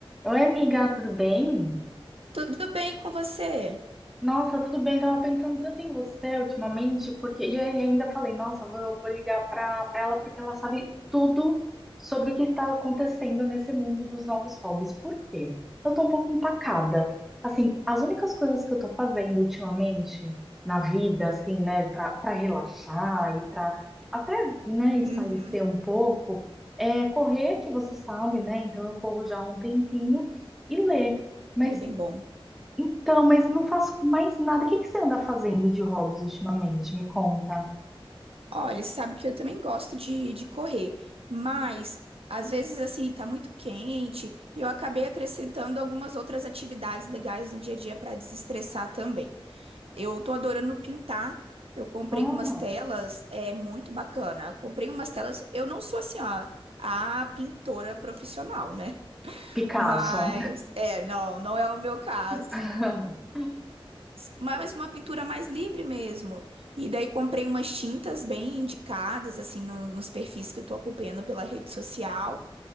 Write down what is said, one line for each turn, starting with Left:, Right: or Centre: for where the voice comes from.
Centre: Oi, amiga, tudo bem?
Right: Tudo bem com você?
Centre: Nossa, tudo bem. Tava pensando tanto em você ultimamente, porque e aí ainda falei, nossa, vou, vou ligar pra, pra ela porque ela sabe tudo sobre o que está acontecendo nesse mundo dos novos hobbies. Por quê? Eu tô um pouco empacada. Assim, as únicas coisas que eu tô fazendo ultimamente na vida, assim, né, pra, pra relaxar e pra até, né, espairecer
Right: Uhum.
Centre: um pouco, é correr, que você sabe, né? Então eu corro já há um tempinho e ler. Mas
Right: Aí é bem bom.
Centre: então, mas não faço mais nada. O que que você anda fazendo de hobbies ultimamente? Me conta.
Right: Olha, você sabe que eu também gosto de, de correr, mas às vezes assim tá muito quente e eu acabei acrescentando algumas outras atividades legais no dia a dia para desestressar também. Eu tô adorando pintar. Eu comprei
Centre: Ah,
Right: umas telas, é muito bacana. Eu comprei umas telas. Eu não sou assim, ó, a pintora profissional, né? <laughs>
Centre: Picasso.
Right: Mas é, não, não é o meu caso.
Centre: <laughs>
Right: mas uma pintura mais livre mesmo. E daí comprei umas tintas bem indicadas, assim, no- nos perfis que eu tô acompanhando pela rede social.